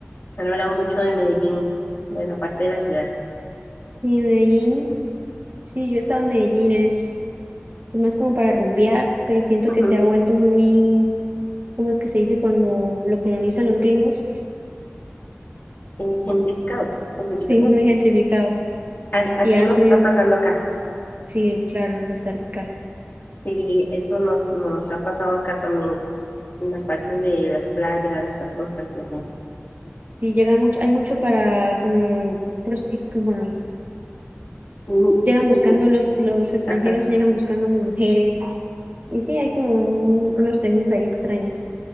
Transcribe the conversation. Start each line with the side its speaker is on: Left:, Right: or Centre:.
Left: Han hablado mucho de Medellín, de la parte de la ciudad.
Right: Y en Medellín, sí, yo estaba en Medellín, es, es más como para rumbear, pero siento
Left: Ujú.
Right: que se ha vuelto muy ¿cómo es que se dice cuando lo colonizan los gringos?
Left: Eh, gentrificado, gentrificación.
Right: Sí, muy gentrificado.
Left: A-
Right: Y
Left: Aquí
Right: han
Left: nos
Right: subido,
Left: está pasando acá.
Right: sí, claro, en Costa Rica.
Left: Sí, eso nos, nos ha pasado acá también, en las partes de las playas, las costas y así.
Right: Sí, llega mucho, hay mucho para como prostitutas, bueno,
Left: Mm,
Right: llegan buscando
Left: mm,
Right: los, los extranjeros,
Left: ajá.
Right: llegan buscando como mujeres. Y sí, hay como un- unos premios ahí extraños.